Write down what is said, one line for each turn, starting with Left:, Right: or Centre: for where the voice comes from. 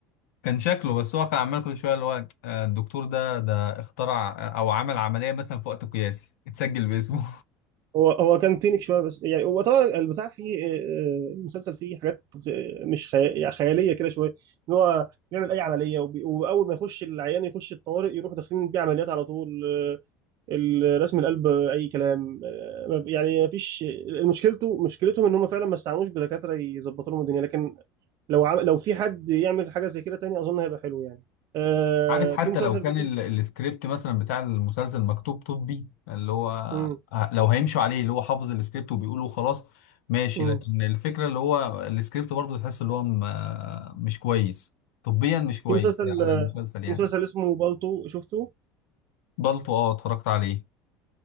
Left: كان شكله بس هو كان عمال كل شويه اللي هو آه، الدكتور ده ده اخترع آه، او عمل عمليه مثلا في وقت قياسي اتسجل باسمه
Right: هو هو كان تينك شويه بس يعني هو طبعا البتاع فيه آه، آه، المسلسل فيه حاجات آه، مش خي- يعني خياليه كده شويه ان هو بيعمل اي عمليه وبي- واول ما يخش العيان يخش الطوارئ يروح داخلين بيه عمليات على طول آه، الرسم القلب اي كلام آه، ما- يعني ما فيش مشكلته مشكلتهم ان هم فعلا ما استعنوش بدكاتره يظبطوا لهم الدنيا لكن لو عم... لو في حد يعمل حاجه زي كده تاني اظن هيبقى حلو يعني آه
Left: <laughs> عارف حتى
Right: في مسلسل
Left: لو كان
Right: جديد
Left: ال- السكريبت مثلا بتاع المسلسل مكتوب طبي اللي هو
Right: مم.
Left: آه، لو هيمشوا عليه اللي هو حافظ السكريبت وبيقوله خلاص ماشي
Right: مم.
Left: لكن الفكره اللي هو السكريبت برضه تحس اللي هو م- آه، مش كويس طبيا مش كويس
Right: في مسلسل
Left: على المسلسل يعني
Right: في مسلسل اسمه بالطو شفته
Left: بالطو اه اتفرجت عليه